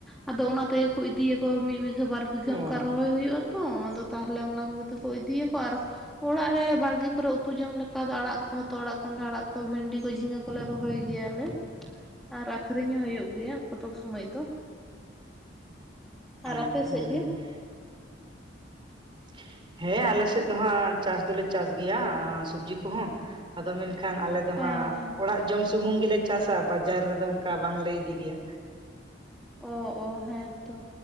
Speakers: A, in the centre; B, on the right.
A: ᱟᱫᱚ ᱚᱱᱟ ᱛᱮᱜᱮ ᱠᱚ ᱤᱫᱤᱭᱟ ᱠᱚ ᱢᱤᱫ ᱵᱤᱜᱷᱟᱹ ᱵᱟᱨ ᱵᱤᱜᱷᱟᱹ
B: ᱚ
A: <inaudible> ᱨᱚᱦᱚᱭ ᱦᱩᱭᱩᱜᱼᱟ ᱛᱚ, ᱟᱫᱚ ᱛᱟᱦᱞᱮ ᱚᱱᱟ ᱠᱚᱜᱮ ᱛᱚ ᱠᱚ ᱤᱫᱤᱭᱟ ᱠᱚ ᱟᱨ ᱚᱲᱟᱜ ᱨᱮ ᱵᱟᱲᱜᱮ ᱠᱚᱨᱮ ᱩᱛᱩ ᱡᱚᱢ ᱞᱮᱠᱟ ᱫᱚ ᱟᱸᱲᱟᱜ ᱠᱚᱦᱚᱸ ᱛᱚ ᱦᱚᱛᱚᱫ ᱟᱸᱲᱟᱜ ᱠᱚᱸᱰᱷᱟ ᱟᱸᱲᱟᱜ ᱠᱚ ᱵᱷᱮᱱᱰᱤ ᱠᱚ ᱡᱷᱤᱸᱜᱟᱹ ᱠᱚ ᱠᱚᱞᱮ ᱨᱚᱦᱚᱭ ᱜᱮᱭᱟ ᱞᱮ ᱾ ᱟᱨ ᱟᱹᱠᱷᱨᱤᱧ ᱦᱚᱸ ᱦᱩᱭᱩᱜ ᱜᱮᱭᱟ ᱠᱚᱛᱚᱠ ᱥᱳᱢᱳᱭ ᱫᱚ᱾
B: <inaudible>
A: ᱟᱨ ᱟᱯᱮ
B: ᱦᱩᱸ
A: ᱥᱮᱫ ᱜᱮ?
B: <inaudible> ᱦᱮᱸ ᱟᱞᱮ ᱥᱮᱫ ᱫᱚ ᱦᱟᱸᱜ ᱪᱟᱥ ᱫᱚᱞᱮ ᱪᱟᱥ ᱜᱮᱭᱟ ᱥᱚᱵᱡᱤ ᱠᱚᱦᱚᱸ, ᱟᱫᱚ ᱢᱮᱱ ᱠᱷᱟᱱ ᱟᱞᱮ ᱫᱚ
A: ᱦᱮᱸ
B: ᱦᱟᱸᱜ
A: ᱦᱮᱸ
B: ᱚᱲᱟᱜ ᱡᱚᱢ ᱥᱩᱢᱩᱝ ᱜᱮᱞᱮ ᱪᱟᱥᱟ ᱵᱟᱡᱟᱨ ᱨᱮᱫᱚ ᱚᱱᱠᱟ ᱵᱟᱝ ᱞᱮ ᱤᱫᱤ ᱜᱮᱭᱟ᱾
A: ᱚ ᱚ ᱦᱮᱸᱛᱚ,